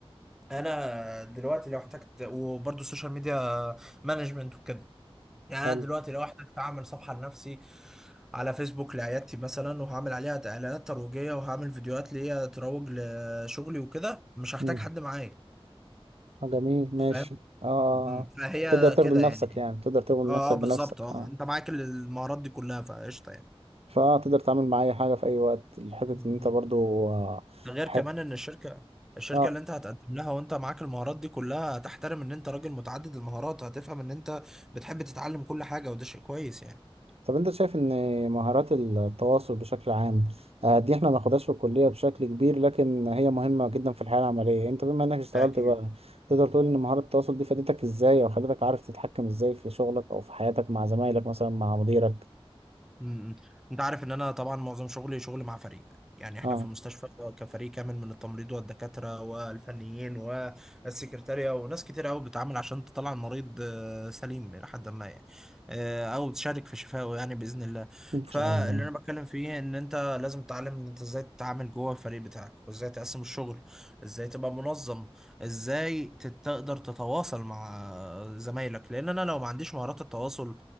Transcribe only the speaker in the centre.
انا دلوقتي لو احتجت وبرضه السوشيال ميديا مانجمنت وكده يعني
انا دلوقتي لو احتجت اعمل صفحه لنفسي على فيسبوك لعيادتي مثلا وهعمل عليها اعلانات ترويجيه وهعمل فيديوهات ليا تروج لشغلي وكده مش هحتاج
حد معايا
فاهم
م-
م. فهي
كده
يعني
اه
اه بالظبط
اه
انت معاك المهارات دي كلها فقشطه يعني
م-
م.
ده غير
كمان ان الشركه الشركه
اللي انت هتقدم لها وانت معاك المهارات دي كلها هتحترم ان انت راجل متعدد المهارات وهتفهم ان انت بتحب تتعلم كل حاجه وده شيء كويس يعني
ده أكيد
امم. انت عارف ان انا طبعا معظم شغلي شغل مع فريق يعني احنا
في مستشفى كفريق كامل من التمريض والدكاترة والفنيين والسكرتارية وناس كتير قوي بتعامل عشان تطلع المريض آه، سليم الى حد ما يعني آه، او تشارك في شفائه يعني باذن الله
فاللي
انا بتكلم فيه ان انت لازم تتعلم ان انت ازاي تتعامل جوه الفريق بتاعك وازاي تقسم الشغل ازاي تبقى منظم ازاي تت- تقدر تتواصل مع زمايلك لان انا لو ما عنديش مهارات التواصل